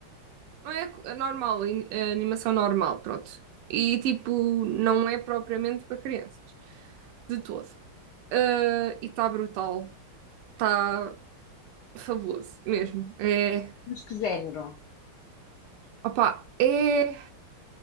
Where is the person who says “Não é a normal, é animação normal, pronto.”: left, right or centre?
Right